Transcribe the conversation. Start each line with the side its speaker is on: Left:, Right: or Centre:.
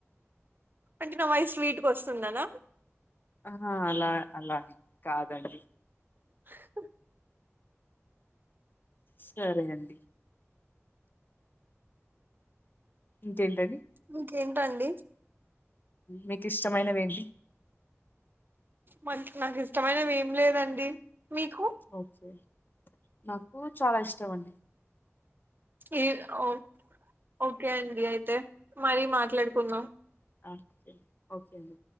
Right: అంటే నావాయిస్ స్వీట్గా వస్తుందనా
Left: ఆహ అలా అలాని కాదండి
Right: హ
Left: సరే అండి ఇంకేంటండి
Right: ఇంకేంటండి?
Left: మీకిష్టమైనవేంటి
Right: మన్ నాకిష్టమైనవ్ ఏం లేదండి మీకు
Left: ఓకే నాకు చాలా ఇష్టం అండి.
Right: ఈ ఓ ఓకే అండి అయితే మరీ మాట్లాడుకుందాం
Left: అలాగే ఓకే అండి